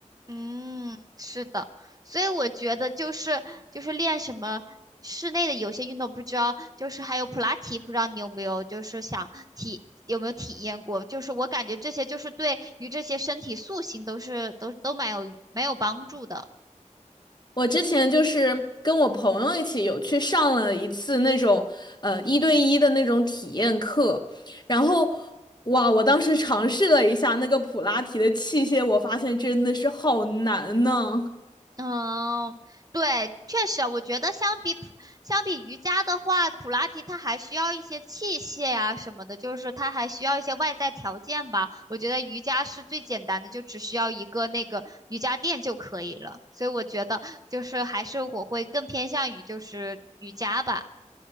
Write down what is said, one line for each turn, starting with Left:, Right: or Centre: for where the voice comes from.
Right: 嗯，是的，所以我觉得就是就是练什么室内的有些运动，不知道就是还有普拉提，不知道你有没有就是想体有没有体验过？就是我感觉这些就是对于这些身体塑形都是都都蛮有蛮有帮助的。
Left: 我之前就是跟我朋友一起有去上了一次那种呃一对一的那种体验课，然后哇，我当时尝试了一下那个普拉提的器械，我发现真的是好难呢。
Right: 嗯，对，确实，我觉得相比普相比瑜伽的话，普拉提它还需要一些器械呀、什么的，就是它还需要一些外在条件吧。我觉得瑜伽是最简单的，就只需要一个那个瑜伽垫就可以了。所以我觉得就是还是我会更偏向于就是瑜伽吧。